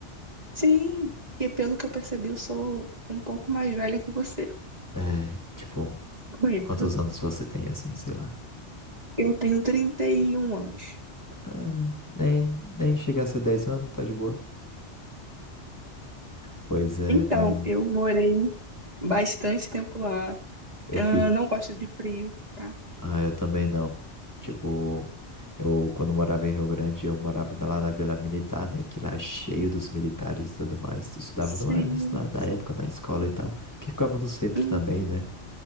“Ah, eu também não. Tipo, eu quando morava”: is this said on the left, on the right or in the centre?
Left